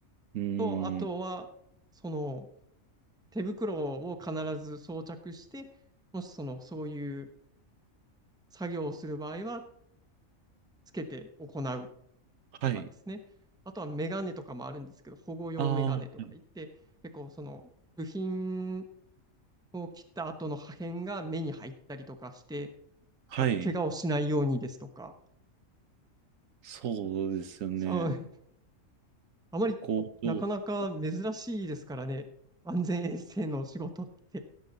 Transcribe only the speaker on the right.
うーん、
はい。
ああ、はい。
はい
そうですよね。
工場とか。